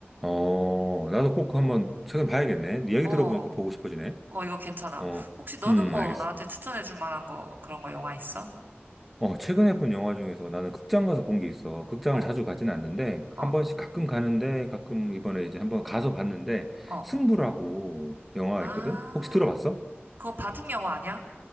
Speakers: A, in the centre; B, on the right.
A: 어, 나도 꼭 한번 최근 봐야겠네. 이야기
B: 어.
A: 들어보니까 보고 싶어지네.
B: 어, 이거 괜찮아.
A: 어,
B: 혹시 너는
A: 음,
B: 뭐
A: 알겠어.
B: 나한테 추천해줄 만한 거, 그런 거 영화 있어?
A: 어, 최근에 본 영화 중에서 나는 극장 가서 본 게 있어. 극장을
B: 어,
A: 자주 가진 않는데, 한
B: 어,
A: 번씩 가끔 가는데, 가끔 이번에 이제 한번 가서 봤는데,
B: 어.
A: 승부라고 영화가
B: 아,
A: 있거든? 혹시 들어봤어?
B: 그거 바둑 영화 아니야?